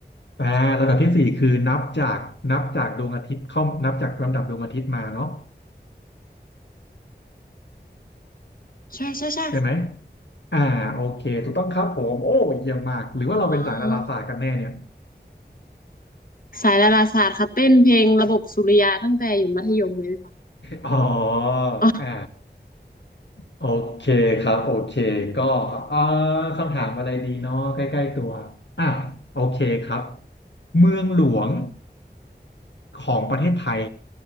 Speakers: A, on the left (about 80°); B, on the left (about 50°).
A: อ่าลำดับที่สี่คือนับจากนับจากดวงอาทิตย์เข้านับจากลำดับดวงอาทิตย์มาเนาะ
B: ใช่ใช่ใช่ค่ะ
A: ใช่ไหมอ่าโอเคถูกต้องครับผมโอ้เยี่ยมมากหรือว่าเราเป็นสายดาราศาสตร์กันแน่เนี่ย
B: ว้าวสายดาราศาสตร์ค่ะเต้นเพลงระบบสุริยะตั้งแต่อยู่มัธยมเลยพี่บอล
A: อ๋ออ่า
B: อ๋อ
A: โอเคครับโอเคก็เอ่อคำถามอะไรดีเนาะใกล้ๆตัวอ่ะโอเคครับเมืองหลวงของประเทศไทย